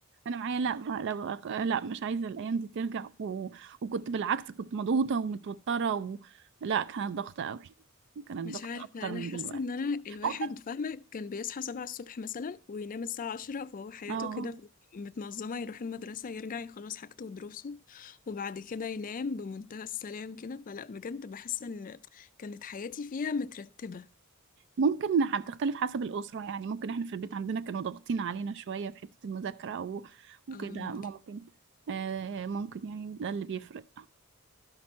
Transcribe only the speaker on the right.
انا معايا لا ما- لو أخ- لا مش عايزة الايام دي ترجع و... وكنت بالعكس كنت مضغوطة ومتوترة و... لا كانت ضغطة قوي كانت
ضغطة
اكتر
من
دلوقتي
ممكن
اه
ممكن ح- بتختلف حسب الأسرة يعني ممكن احنا في البيت عندنا كانوا ضاغطين علينا شوية في حتة المذاكرة و- وكده
ممكن آه، ممكن يعني ده اللي بيفرق